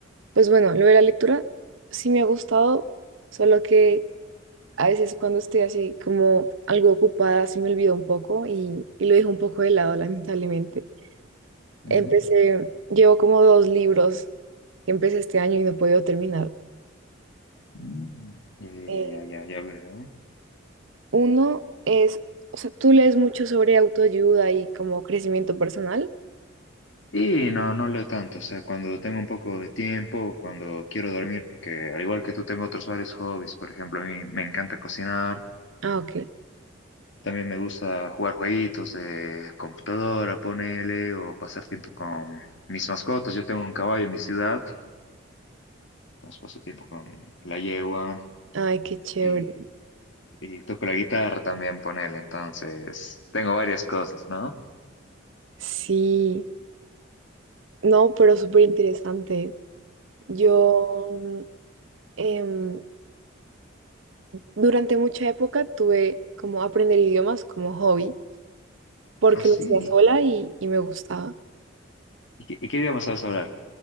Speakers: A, on the right; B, on the left.
A: pues bueno, lo de la lectura sí me ha gustado, solo que a veces cuando estoy así como algo ocupada se me olvida un poco y, y lo dejo un poco de lado, <laughs> lamentablemente.
B: Ujú.
A: Empecé, llevo como dos libros que empecé este año y no he podido terminar.
B: Mm. Ya, ya,
A: Eh,
B: ya, ya, ya, ya veo.
A: uno es, o sea, tú lees mucho sobre autoayuda y como crecimiento personal.
B: Y no, no leo tanto, o sea, cuando tengo un poco de tiempo, cuando quiero dormir, porque al igual que tú tengo otros varios hobbies, por ejemplo, a mí me encanta cocinar,
A: Ah, ok.
B: también me gusta jugar jueguitos de computadora, ponele, o pasar tiempo con mis mascotas. Yo tengo un caballo en mi ciudad, entonces paso tiempo con la yegua
A: Ay, qué chévere.
B: y, y toco la guitarra también, ponele, entonces tengo varias cosas, ¿no?
A: Sí, no, pero súper interesante. Yo mm, em, durante mucha época tuve como aprender idiomas como hobby, porque
B: Ah, sí.
A: lo hacía sola y, y me gustaba.
B: ¿Y qué, y qué idioma sabes hablar?